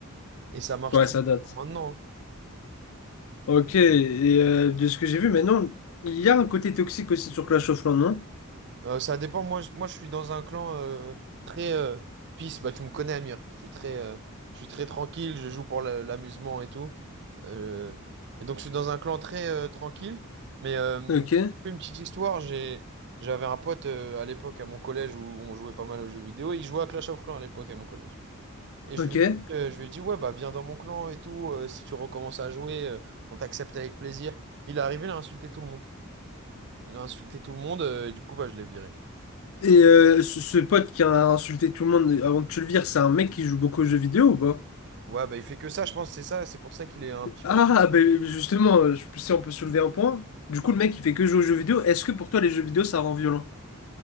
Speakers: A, on the right (about 55°); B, on the left (about 70°).
A: Et ça marche
B: Ouais,
A: toujours
B: ça date.
A: maintenant. hein.
B: Ok, et euh, de ce que j'ai vu maintenant, il y a un côté toxique aussi sur Clash of Clans, non?
A: Euh, ça dépend. Moi, je, moi, je suis dans un clan euh, très euh, peace. Bah, tu me connais, Amir. Je suis très, euh, je suis très tranquille. Je joue pour le- l'amusement et tout. Euh, et donc, je suis dans un clan très euh, tranquille. Mais euh,
B: Ok.
A: une petite histoire. J'ai, j'avais un pote euh, à l'époque à mon collège où on jouait pas mal aux jeux vidéo. Il jouait à Clash of Clans à l'époque à mon collège. Et je
B: Ok.
A: lui,
B: Et
A: ai dit, euh, je lui ai dit, ouais, bah, viens dans mon clan et tout. euh, si tu recommences à jouer, euh, on t'accepte avec plaisir. Il est arrivé, il a insulté tout le monde. Il a insulté tout le monde. euh, et du coup, bah, je l'ai viré.
B: euh, ce, ce pote qui a insulté tout le monde avant que tu le vires, c'est un mec qui joue beaucoup aux jeux vidéo ou pas?
A: Ouais, bah il fait que ça, je pense, c'est ça, c'est pour ça qu'il est un petit
B: Ah,
A: peu.
B: ben justement, euh, je- si on peut soulever un point. Du coup, le mec, il fait que jouer aux jeux vidéo. Est-ce que pour toi, les jeux vidéo, ça rend violent?